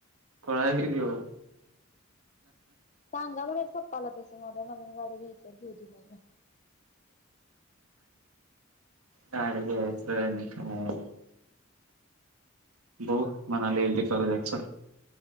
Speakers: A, on the right (about 85°); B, on the left (about 35°).
A: कोळ गेरीव
B: सांगा बघच फक् पाला तस मला नवीन गाडी घ्यायच्या घेऊ दि नाही म
A: कााढ घयस नि खाय भाो मणाले येल ते करू दयच